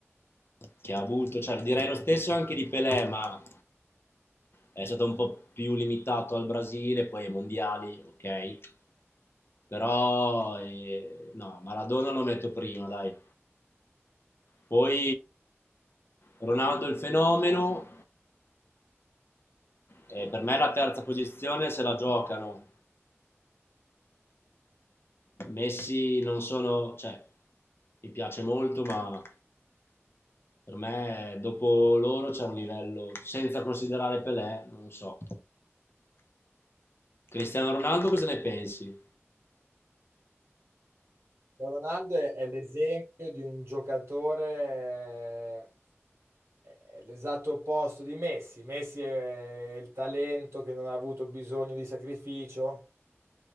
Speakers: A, on the left; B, on the right.
A: che ha avuto, cioè direi lo stesso anche di Pelé, ma è stato un po' più limitato al Brasile, poi ai mondiali, ok? Però eh, no, Maradona lo metto prima, dai. Poi Ronaldo il fenomeno, eh, per me la terza posizione se la giocano. Messi non sono, cioè, mi piace molto, ma per me dopo loro c'è un livello, senza considerare Pelé, non so. Cristiano Ronaldo, cosa ne pensi?
B: Ronaldo è, è l'esempio di un giocatore, eh, è l'esatto opposto di Messi. Messi è il talento che non ha avuto bisogno di sacrificio,